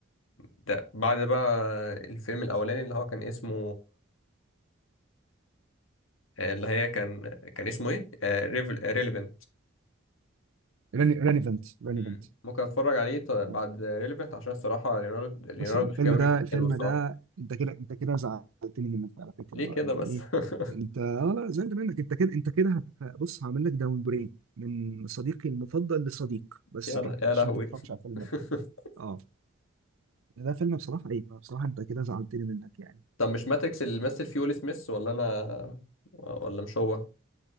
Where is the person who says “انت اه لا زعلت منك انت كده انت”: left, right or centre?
Right